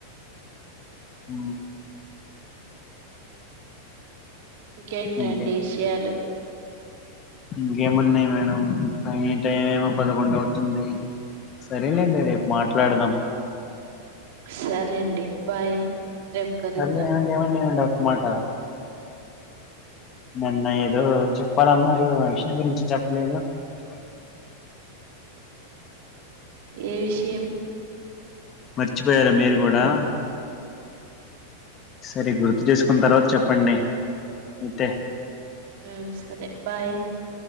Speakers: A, on the left; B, on the right.
A: ఊ
B: ఇంకేంటండి
A: ఇంకే
B: విషయాలు
A: ఇంకేమున్నాయి మేడం ఆ టైం పదకొండు అవుతుంది. సరేలేండి రేపు మాట్లాడుదాం.
B: సార్ సరేండి బాయ్ రేపు కలుద్దాం.
A: అదే ఏమండి ఏమండి ఏమండి ఒక్క మాట నిన్న ఏదో చెప్పాలన్నారు. ఆ విషయం గురించి చెప్ప లేదు.
B: ఏ విషయం
A: మర్చిపోయారా మీరు గూడా సరే గుర్తు చేసుకున్న తర్వాత చెప్పండి. అయితే
B: మ్ సరే బాయ్